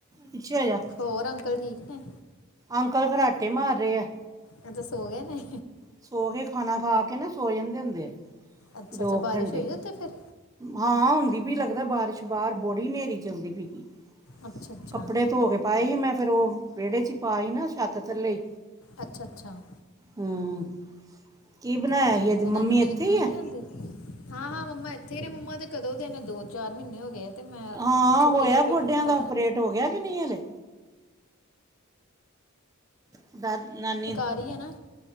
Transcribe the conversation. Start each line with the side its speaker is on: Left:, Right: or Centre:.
Right: ਪਿੱਛੇ ਹੋ ਜਾ,
Left: ਹੋਰ ਅੰਕਲ ਠੀਕ ਨੇ
Right: ਅੰਕਲ ਖਰਾਟੇ ਮਾਰ ਰਹੇ ਹੈ।
Left: ਇਹ ਤਾਂ ਸੋ ਗਏ ਨੇ।
Right: ਸੌ ਗਏ, ਖਾਣਾ ਖਾ ਕੇ ਨਾ ਸੋ ਜਾਂਦੇ ਹੁੰਦੇ ਐ
Left: ਅੱਛਾ
Right: ਦੋ
Left: ਅੱਛਾ
Right: ਕੁ
Left: ਬਾਰਿਸ਼
Right: ਘੰਟੇ।
Left: ਹੋਈ ਉੱਥੇ ਫਿਰ
Right: ਹਾਂ, ਹੁੰਦੀ ਪੀ ਲੱਗਦਾ ਬਾਰਿਸ਼ ਬਾਰ ਬੜੀ ਹਨੇਰੀ ਚਲਦੀ ਵੀਗੀ।
Left: ਅੱਛਾ ਅੱਛਾ
Right: ਕੱਪੜੇ ਧੋ ਕੇ ਪਾਏ ਸੀ ਮੈਂ ਫਿਰ ਉਹ ਵਿਹੜੇ 'ਚ ਹੀ ਪਾ ਈ ਨਾ ਛੱਤ ਥੱਲੇ।
Left: ਅੱਛਾ, ਅੱਛਾ।
Right: ਹੂੰ। ਕੀ ਬਣਾਇਆ
Left: ਠੀਕ
Right: ਸੀ ਅੱਜ
Left: ਹੈ,
Right: ਮੰਮੀ
Left: ਇਹਨੂੰ ਨੀਂਦ
Right: ਇੱਥੇ
Left: ਨੂੰਦ
Right: ਹੀ
Left: ਨੂੰ
Right: ਆ
Left: ਨੀ ਆਉਂਦੀ? ਹਾਂ, ਹਾਂ ਮੰਮਾ ਇੱਥੇ ਨੇ ਮੰਮਾ ਤੇ ਕਦੋਂ ਦੇ ਨੇ ਦੋ ਚਾਰ ਮਹੀਨੇ ਹੋ ਗਏ ਆ। ਤੇ ਮੈਂ
Right: ਹਾਂ,
Left: ਛੁੱਟੀ
Right: ਹੋਇਆ
Left: ਮੇਰਾ
Right: ਗੋਡਿਆਂ
Left: ਪੇਪਰ ਖਤਮ
Right: ਦਾ
Left: ਹੋਇਆ
Right: ਓਪਰੇਟ? ਹੋ ਗਿਆ ਕਿ ਨਹੀਂ ਹਾਲੇ? <unintelligible>
Left: ਸਰਕਾਰੀ ਹੈ ਨਾ,